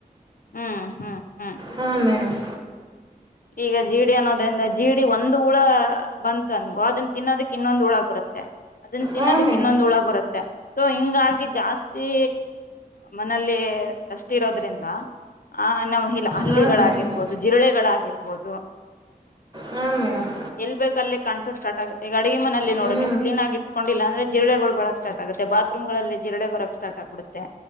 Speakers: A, on the left (about 65°); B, on the right (about 25°).
A: ಹ್ಮ್ ಹ್ಮ್ ಹ್ಮ್
B: ಹಾ ಮೇಡಮ್
A: ಈಗ ಜೀಡಿ ಅನ್ನೋದ್ರಿಂದ ಜೀಡಿ ಒಂದು್ ಹುಳ ಬಂತು ಅನ್ಗೋ ಅದನ್ನ ತಿನ್ನೋದಕ್ ಇನ್ನೊಂದು್ ಹುಳ ಬರುತ್ತೆ ಅದನ್ನ ತಿನ್ನೋದಕ್
B: ಹಾಂ ಮೇಡಮ್
A: ಇನ್ನೊಂದು್ ಹುಳ ಬರುತ್ತೆ ಸೊ ಹಿಂಗಾಗಿ ಜಾಸ್ತಿ ಮನೆಯಲ್ಲಿ ಅಷ್ಟ ಇರೋದ್ರಿಂದ ಆ ನಾವು ಹಲ್ಲಿಗಳಾಗಿರ್ಬಹುದು
B: ಹಾಂ ಮೇಡಮ್
A: ಜಿರಳೆಗಳಾಗಿ ಆಬೋದು
B: ಹಾಂ ಮೇಡಮ್
A: ಎಲ್ಬೇಕ ಅಲ್ಲಿ ಕಾಣಸಕ್ ಸ್ಟಾರ್ಟ್ ಆಗುತ್ತೆ ಗಡಿಗೆ ಮನೆಯಲ್ಲಿ ನೋಡ
B: ಹ್ಞೂ
A: ನೀ್ ಕ್ಲೀನ್ ಆಗಿ ಇಟ್ಕೊಂಡಿಲ್ಲ ಅಂದ್ರೆ ಜಿರ್ಡೆಗಳು ಬಳಕ್ ಸ್ಟಾರ್ಟ್ ಆಗುತ್ತೆ ಬಾತ್ತ್ರೂಮ್ಗಳಲ್ಲಿ ಜಿರ್ಡೆ ಬರಕ್ ಸ್ಟಾರ್ಟ್ ಆಗ್ಬಿಡುತ್ತೆ